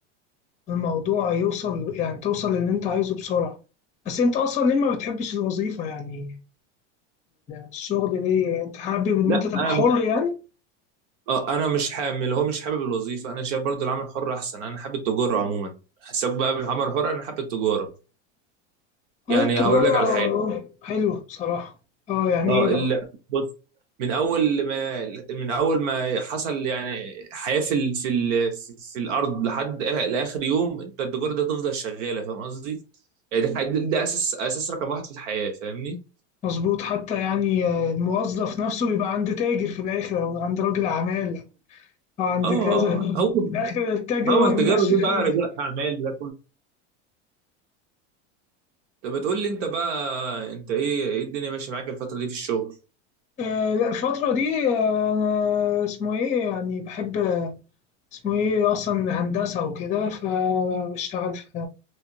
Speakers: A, on the left; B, on the right.
A: الموضوع يوصل يعني توصل للي انت عايزه بسرعة بس انت اصلا ليه ما بتحبش الوظيفة يعني الشغل ليه يعني انت حابب
B: لا
A: ان انت تبقى
B: انا
A: حر
B: مش
A: يعني
B: اه انا مش حامل هو مش حابب الوظيفه انا شايف برضو العمل الحر احسن انا حابب التجاره عموما حساب بقى بالعمل الحر انا حابب التجاره يعني
A: اه التجارة
B: هقول لك على
A: آه،
B: حاجه
A: حلوة بصراحة اه يعني
B: اه
A: ايه بقى
B: ال- بص من اول ما من اول ما حصل يعني حياه في ال... في ال... في في الارض لحد آ- لاخر يوم انت التجاره دي هتفضل شغاله فاهم قصدي؟ يعني ده ده اساس اساس رقم واحد في الحياه فاهمني؟
A: مظبوط حتى يعني آه، الموظف نفسه يبقى عند تاجر في الاخر او عند راجل اعمال او عند
B: اه
A: كذا
B: اه هو
A: في الاخر التاجر
B: هو
A: هو اللي
B: التجاره
A: بيمشي
B: دي
A: الدنيا
B: بقى رجال اعمال ده طب بتقول لي انت بقى انت ايه ايه الدنيا ماشيه معاك الفتره دي في الشغل
A: آه لا الفترة دي آه أنا اسمه ايه يعني بحب اسمه ايه اصلا هندسة وكده فبشتغل في